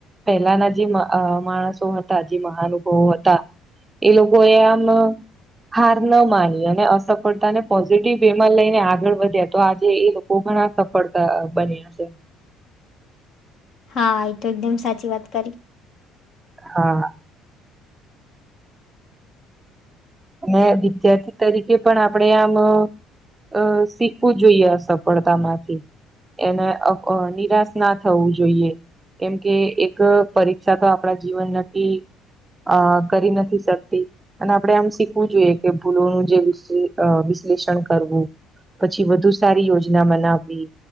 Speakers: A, on the right (about 15°); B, on the left (about 55°).
A: પેહલાના જે મ-અ-માણસો હતા જે મહાનુભાવો હ હતા એ લોકોએ આમ, હાર ન માની અને અસફળતા ને પોઝિટિવ વેમાં લઈને આગળ વધ્યા તો આજે એ લો લોકો ઘણા સફળતા બન્યા છે.
B: હા એ તો એકદમ સાચી વાત કરી.
A: હા.. અને વિદ્યાર્થી તરીકે પણ આપડે આમ, અ શીખવું જોઈએ અસફળતામાંથી, એને <unintelligible> <inaudible> નિરાશ ના થવું જોઈએ. કેમકે એક પરીક્ષા તો આપણા જીવન નથી, અ કરી નથી શકતી અને આપડે આમ, શીખવું જોઈએ કે ભૂલોનું જે વિશ્લેષણ કરવું. પછી વધુ સારી યોજના બનાવવી,